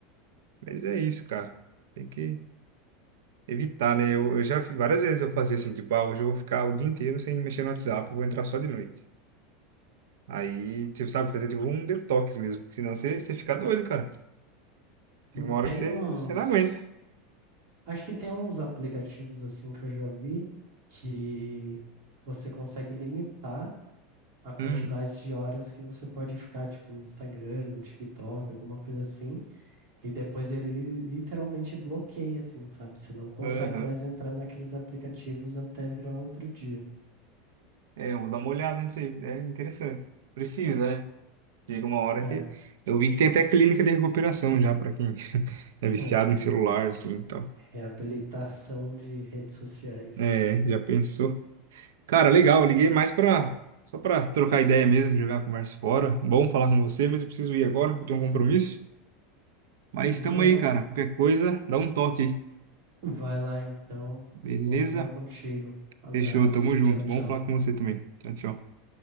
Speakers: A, on the right; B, on the right.
A: Mas é isso, cara. Tem que evitar, né? Eu, eu já fiz várias vezes eu fazia assim, tipo, ah, hoje eu vou ficar o dia inteiro sem mexer no WhatsApp, eu vou entrar só de noite. Aí, tipo, sabe, fazer tipo um detox mesmo, porque senão você, você fica doido, cara. Tem
B: Hum,
A: uma hora
B: Tem
A: que você,
B: uns.
A: você não aguenta.
B: Acho que tem uns aplicativos assim que eu já vi que você consegue limitar a quantidade
A: Uhum,
B: de horas que você pode ficar, tipo, no Instagram, no TikTok, alguma coisa assim. E depois ele literalmente bloqueia, assim, sabe? Você não consegue
A: uhum.
B: mais entrar naqueles aplicativos até virar outro dia.
A: É, eu vou dar uma olhada nisso aí. É interessante. Precisa, né? Chega uma hora
B: É.
A: que. Eu vi que tem até clínica de recuperação já pra quem <laughs>
B: <laughs>
A: é viciado
B: aquele-
A: em celular, assim e tal.
B: Reabilitação de redes sociais.
A: É, já pensou. Cara, legal, eu liguei mais pra. Só pra trocar ideia mesmo, jogar a conversa fora. Bom falar com você, mas eu preciso ir agora, eu tenho um compromisso. Mas
B: Demorou.
A: tamo aí, cara. Qualquer coisa, dá um toque aí.
B: Vai lá então.
A: Beleza?
B: Bom falar contigo. Abraço.
A: Fechou, tamo junto.
B: Tchau,
A: Bom
B: tchau.
A: falar com você também. Tchau, tchau.